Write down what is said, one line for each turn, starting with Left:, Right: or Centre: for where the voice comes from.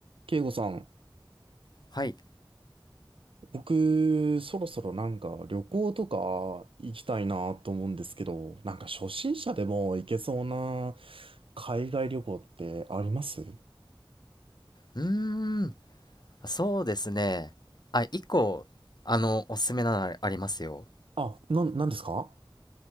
Right: 慶吾さん、
Left: はい。
Right: 僕、そろそろなんか旅行とか行きたいなと思うんですけど、なんか初心者でも行けそうな海外旅行ってあります
Left: うーん、そうですね。あ、一個、あの、おすすめなのありますよ。
Right: あ、な、なんですか